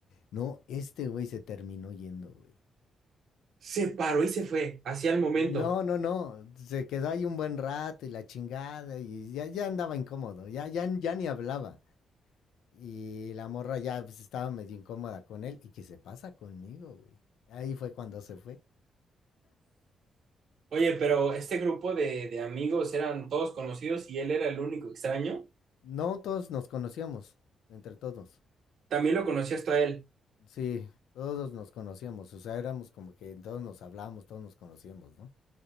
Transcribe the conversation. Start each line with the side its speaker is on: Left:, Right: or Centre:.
Left: No, este güey se terminó yendo, güey.
Right: Se paró y se fue, hacia el momento.
Left: No, no, no. Se quedó ahí un buen rato y la chingada y ya, ya andaba incómodo, ya, ya, ya ni hablaba. Y la morra ya pues, estaba medio incómoda con él y que se pasa conmigo, güey. Ahí fue cuando se fue.
Right: Oye, pero este grupo de, de amigos eran todos conocidos y él era el único extraño.
Left: No todos nos conocíamos, entre todos.
Right: También lo conocías tú a él.
Left: Sí, todos nos conocíamos, o sea, éramos como que todos nos hablábamos, todos nos conocíamos, ¿no?